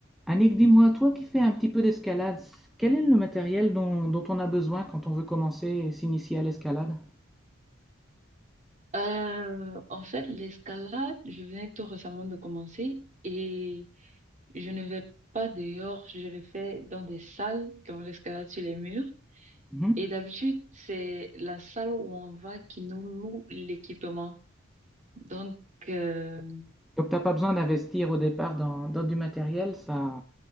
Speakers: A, in the centre; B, on the right.
A: Annick, dis-moi, toi qui fais un petit peu d'escalade, quel est le matériel dont, dont on a besoin quand on veut commencer et s'initier à l'escalade?
B: Euh, en fait, l'escalade, je venais tout récemment de commencer et je ne vais pas dehors, je le fais dans des salles, dans l'escalade sur les murs.
A: Mhm.
B: Et d'habitude, c'est la salle où on va qui nous loue l'équipement. Donc, euh,
A: Donc, t'as pas besoin d'investir au départ dans, dans du matériel, ça...